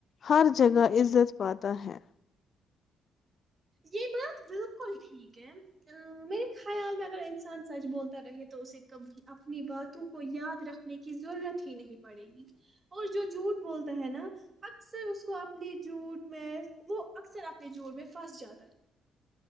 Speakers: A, on the left (about 55°); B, on the right (about 35°).
A: ہر جگہ عزت پاتا ہے
B: یہ بات بالکل ٹھیک ہے ا میرے خیال میں اگر انسان سچ بولتا رہے تو اسے کبھی اپنی باتوں کو یاد رکھنے کی ضرورت ہی نہیں پڑے گی اور جو جھوٹ بولتا ہے نا اکثر اس کو اپنی جھوٹ میں وہ اکثر اپنے جھوٹ میں پھس جیاد ہے